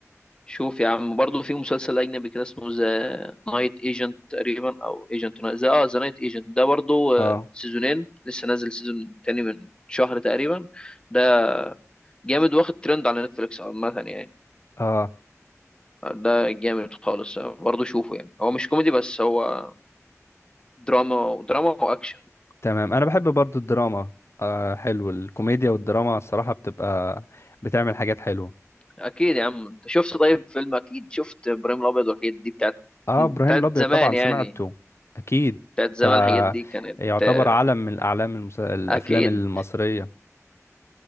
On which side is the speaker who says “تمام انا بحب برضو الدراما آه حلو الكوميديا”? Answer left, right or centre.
Left